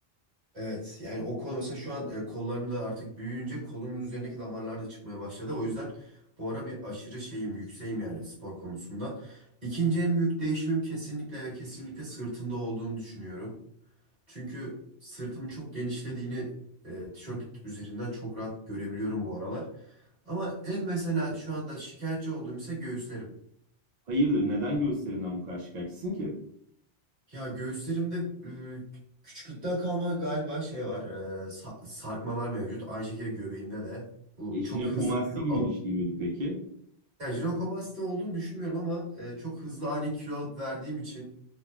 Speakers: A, on the right; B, on the right.
A: evet yani o kol mesela şu an e, kollarım da artık büyüyünce kolumun üzerindeki damarlar da çıkmaya başladı. O yüzden bu ara bir aşırı şeyim yükseğim yani spor konusunda. İkinci en büyük değişimim kesinlikle ve kesinlikle sırtımda olduğunu düşünüyorum. Çünkü sırtımın çok genişlediğini e, tişört üzerinden çok rahat görebiliyorum bu aralar. Ama en mesela şu anda şikayetçi olduğum ise göğüslerim.
B: Hayırdır neden göğüslerinden bu kadar şikayetçisin ki?
A: Ya göğüslerimde e, küçüklükten kalma galiba şey var. e, sa- sarkmalar mevcut. Aynı şekilde göbeğimde de. Bu
B: E, jinekomasti
A: çok hızlı kilo
B: gibi
A: alıp...
B: bir şey miydi peki?
A: Yani jinekomasti olduğunu düşünmüyorum ama e, çok hızlı ani kilo alıp verdiğim için